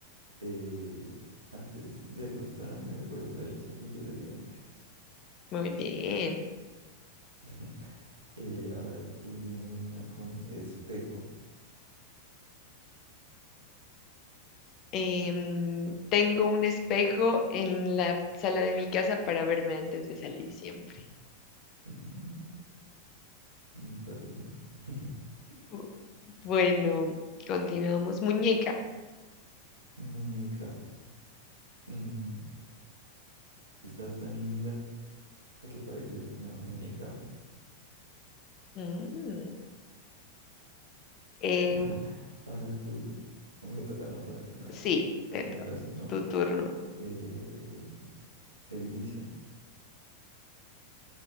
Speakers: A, on the right (about 80°); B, on the left (about 35°).
A: Eh, antes de acostarme voy a usar el cepillo de dientes.
B: Muy bien.
A: <laughs> Eh, ahora tú dime una con espejo.
B: Em, tengo un espejo en la sala de mi casa para verme antes de salir siempre.
A: Mm, me parece. <laughs>
B: Bu- Bueno, continuamos. Muñeca.
A: Muñeca. Mm, estás tan linda que pareces una muñeca.
B: Mm. Em,
A: <laughs> Ahora tú, me toca no ponerte una,
B: Sí,
A: la
B: te
A: palabra
B: to-
A: así, ¿no?
B: tu turno.
A: Eh, edificio.